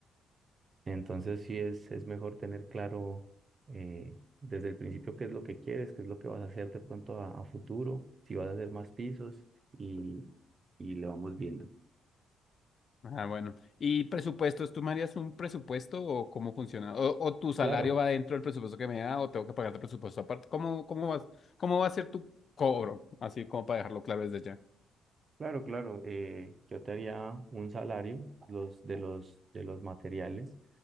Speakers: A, on the right; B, on the left.
A: Entonces sí es, es mejor tener claro eh, desde el principio qué es lo que quieres, qué es lo que vas a hacer de pronto a, a futuro, si vas a hacer más pisos y, y le vamos viendo.
B: Ah, bueno. ¿Y presupuestos? ¿Tú me harías un presupuesto o cómo funciona? ¿O, o tu salario
A: Claro,
B: va dentro del presupuesto que me da o tengo que pagar el presupuesto aparte? ¿Cómo, cómo vas, cómo va a ser tu cobro? Así como para dejarlo claro desde ya.
A: claro, claro. eh, yo te haría un salario los, de los, de los materiales,